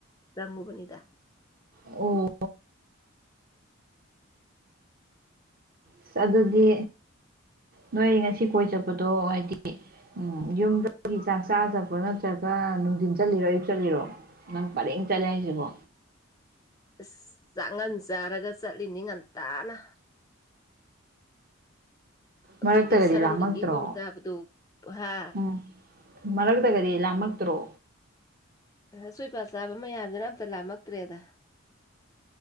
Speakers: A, on the left; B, on the right.
A: ꯆꯪꯉꯨꯕꯅꯤꯗ
B: ꯑꯣ ꯑꯁ ꯑꯗꯨꯗꯤ ꯅꯣꯏ ꯉꯁꯤ ꯀꯣꯏ ꯆꯠꯄꯗꯣ ꯍꯥꯏꯗꯤ ꯎꯝ ꯌꯨꯝꯗꯨꯒꯤ ꯆꯥꯛ ꯆꯥꯗꯕ꯭ꯔꯣ ꯅꯠꯇ꯭ꯔꯒ ꯅꯨꯡꯊꯤꯟ ꯆꯠꯂꯤꯔꯣ ꯑꯌꯨꯛ ꯆꯠꯂꯤꯔꯣ ꯅꯪ ꯄꯔꯦꯡ ꯆꯠꯂꯦ ꯍꯥꯏꯁꯤꯕꯣ
A: ꯑꯁ ꯆꯥꯛꯉꯟ ꯆꯥꯔꯒ ꯆꯠꯂꯤꯅꯤ ꯉꯟꯇꯥꯅ ꯑꯩꯈꯣꯏꯗꯤ
B: ꯃꯔꯛꯇꯒꯗꯤ
A: ꯁꯔꯝꯗ
B: ꯂꯥꯃꯛꯇ꯭ꯔꯣ
A: ꯀꯤꯍꯣꯝ ꯆꯥꯕꯗꯣ ꯍꯥ
B: ꯎꯝ ꯃꯔꯛꯇꯒꯗꯤ ꯂꯥꯝꯃꯛꯇ꯭ꯔꯣ
A: ꯑ ꯁꯣꯏꯄꯥ ꯆꯥꯕ ꯃꯌꯥꯝꯗꯨꯅ ꯑꯝꯇ ꯂꯥꯝꯃꯛꯇ꯭ꯔꯦꯗ